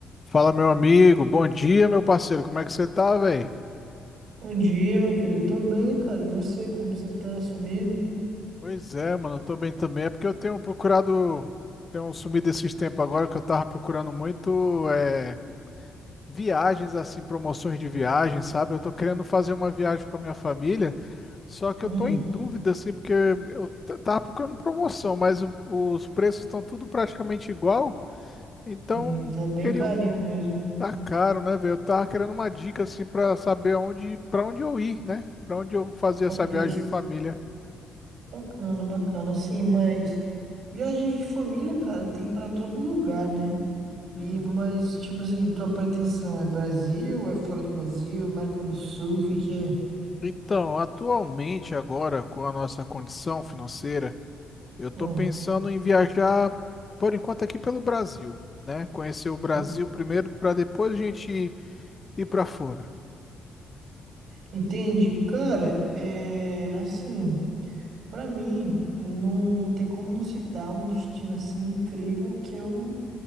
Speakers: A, on the left; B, on the right.
A: Fala, meu amigo. Bom dia, meu parceiro. Como é que você tá, velho?
B: Bom dia, meu querido. Tô bem, cara. E você, como você tá sumido?
A: Pois é, mano. Eu tô bem também. É porque eu tenho procurado. Tenho sumido esses tempos agora que eu tava procurando muito é, viagens, assim, promoções de viagem, sabe? Eu tô querendo fazer uma viagem com a minha família. Só que
B: Hum,
A: eu tô em dúvida, assim, porque eu t- tava procurando promoção, mas o- os preços estão tudo praticamente igual. Então,
B: sim, tá bem
A: queria
B: carinho
A: um.
B: mesmo.
A: Tá caro, né, velho? Eu tava querendo uma dica assim pra saber aonde, para onde eu ir, né? Pra onde eu fazer
B: Mas
A: essa viagem em família.
B: bacana, bacana, sim, mas viagens de família, cara, tem pra todo lugar, né?
A: Uhum.
B: E mas tipo assim, tua pretensão é Brasil, é fora do Brasil, América do Sul, o que que é?
A: Então, atualmente agora com a nossa condição financeira, eu tô
B: Hum.
A: pensando em viajar por enquanto aqui pelo Brasil, né? Conhecer o Brasil
B: hum.
A: primeiro pra depois a gente ir pra fora.
B: Entendi, cara, é assim, pra mim não, não tem como não citar um destino assim incrível que é o